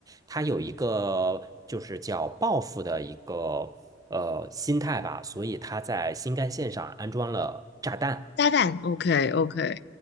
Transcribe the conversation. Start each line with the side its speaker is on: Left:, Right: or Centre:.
Right: 他有一个就是叫报复的一个呃心态吧，所以他在新干线上安装了炸弹。
Left: 炸弹，OK，OK，